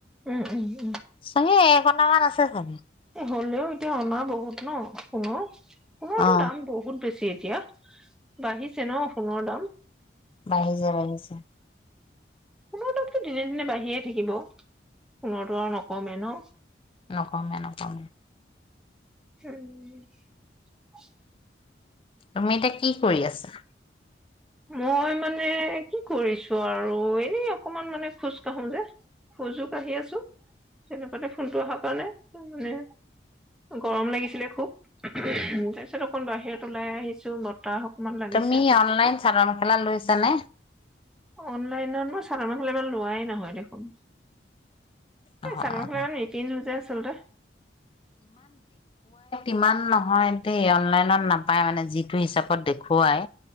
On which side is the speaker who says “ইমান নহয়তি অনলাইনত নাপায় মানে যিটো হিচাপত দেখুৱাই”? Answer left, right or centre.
Left